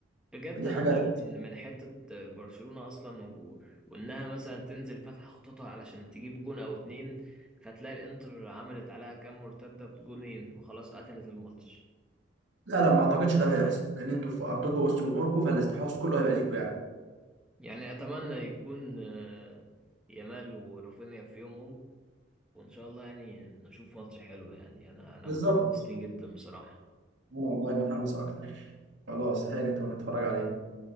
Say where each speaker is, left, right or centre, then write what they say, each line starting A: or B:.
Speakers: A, in the centre; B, on the right (about 75°).
A: بجد
B: فدي
A: انا
B: حاجه
A: خايف
B: هت-
A: من من حتة برشلونة اصلا و... وانها مثلا تنزل فاتحة خطوطها علشان تجيب جون او اتنين فتلاقي الانتر عملت عليها كام مرتدة بجونين وخلاص قتلت الماتش
B: لا لا ما اعتقدش ده هيحصل لان انتوا في ارضكم وسط جمهوركم فالاستحواذ كله هيبقى ليكوا يعني
A: يعني اتمنى يكون آه، يامال ورافينيا في يومهم وان شاء الله يعني نشوف ماتش حلو يعني انا انا
B: بالظبط
A: متحمس ليه جدا بصراحة
B: انا والله متحمس اكتر خلاص هانت ونتفرج عليه